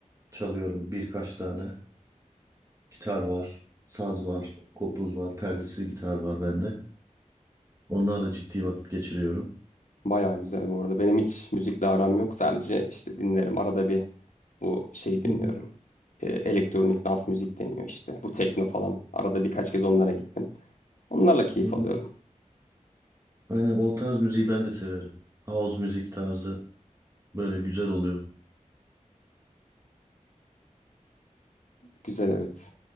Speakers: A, on the right; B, on the left.
A: çalıyorum birkaç tane. Gitar var, saz var, kopuz var, perdesiz gitar var bende. Onlarla ciddi vakit geçiriyorum.
B: Baya güzel bu arada. Benim hiç müzikle aram yok. Sadece işte dinlerim. Arada bir bu şey dinliyorum.
A: Hı hı,
B: Ee, elektronik dans müzik deniyor işte. Bu tekno falan. Arada birkaç kez onlara gittim. Onlarla keyif
A: hı hı.
B: alıyorum.
A: Aynen o tarz müziği ben de severim. House müzik tarzı böyle güzel oluyor.
B: Güzel evet.